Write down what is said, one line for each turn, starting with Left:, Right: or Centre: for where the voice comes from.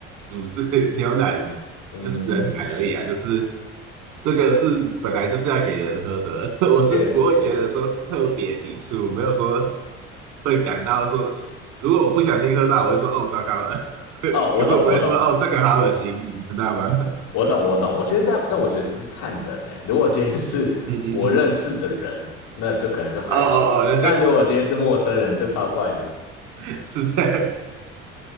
Right: 乳制牛奶嘛，
Left: 嗯，
Right: 就是人奶而已啊，就是这个是本来就是要给人喝的，<laughs> 我是不会觉得说特别抵触，
Left: 确实确实，
Right: 没有说会感到说，如果我不小心喝到，我会说哦糟糕了，<laughs>
Left: 哦，我懂，
Right: 可是我不会说哦这个好恶心，
Left: 我懂，
Right: 你知道吗？<laughs>
Left: 我懂，我懂。我觉得，但但我觉得这是看人呢、如果今天是我认识的人，
Right: 嗯嗯嗯，
Left: 那就可能就还好；
Right: 哦哦哦，那就
Left: 但如果今天是陌生人，就超怪的。
Right: <laughs> 是这样，